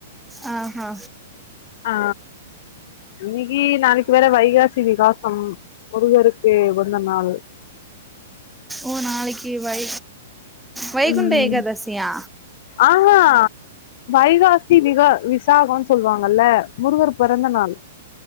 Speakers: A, in the centre; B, on the left.
A: அ ஆ
B: ஆ இன்னிக்கி நாளிக்கி வேற வைகாசி விகாசம் முருகருக்கு உகந்த நாளு
A: ஓ நாளைக்கி வை வைகுண்ட
B: ம்
A: ஏகாதசியா
B: ஆஹா வைகாசி விகா வி சாகோன் சொல்வாங்கல்ல முருகர் பொறந்த நாள்